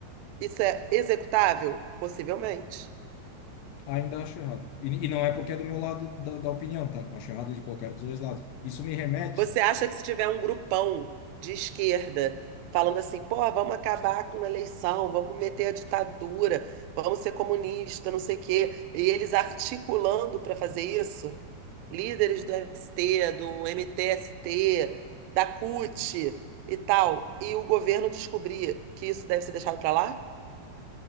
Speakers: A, on the right; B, on the left.
A: Isso é executável? Possivelmente.
B: Ainda acho errado. E, e não é porque é do meu lado da, da opinião, tá? Acho errado de qualquer dos dois lados. Isso me remete,
A: Você acha que se tiver um grupão de esquerda falando assim, pô, vamos acabar com a eleição, vamos meter a ditadura, vamos ser comunista, não sei o quê, e eles articulando para fazer isso, líderes do MST, do MTST, da CUT e tal, e o governo descobrir que isso deve ser deixado para lá?